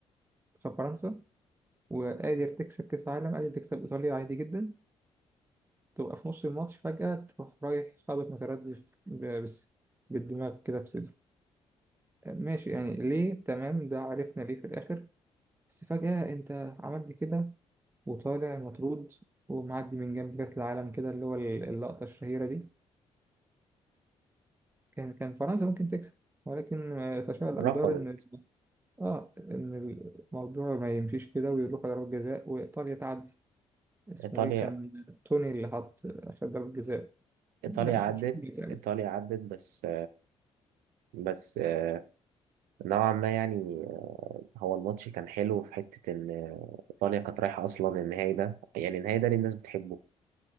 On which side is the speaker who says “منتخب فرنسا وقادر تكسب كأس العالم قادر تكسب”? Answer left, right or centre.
Right